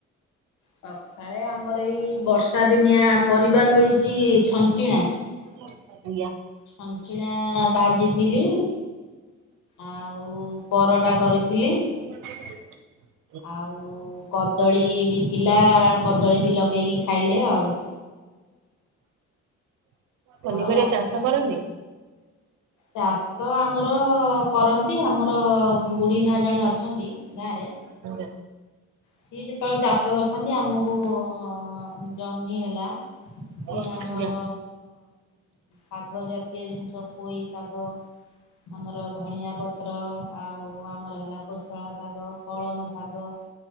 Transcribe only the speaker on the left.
ସକାଳେ ଆମର ଏଇ ବର୍ଷା ଦିନିଆ ପରିବା ମିଳୁଚି ଛଞ୍ଚିଣା
ଛଞ୍ଚିଣା ଭାଜିଥିଲି। ଆଉ ପରଟା କରିଥିଲି।
ଆଉ କଦଳୀ ବି ଥିଲା କଦଳୀ ବି ଲଗେଇକି ଖାଇଲେ ଆଉ।
ଆଉ ଆପଣ
ଚାଷ ଆମର କରନ୍ତି ଆମର ବୁଢୀ ମା ଜଣେ ଅ ଅଛନ୍ତି ଗାଁରେ
ସିଏ ଯେତେବେଳେ ଚାଷ କରିଥାନ୍ତି ଆମକୁ ଉ ଉ ଜହ୍ନି ହେଲା ସିଏ
ଆମର
ଶାଗ ଜାତୀୟ ଜିନିଷ ପୋଇ ଶାଗ ଆମର ଧଣିଆ ପତ୍ର ଆଉ ଆମର ହେଲା କୋଶଳା ଶାଗ କଳମ ଶାଗ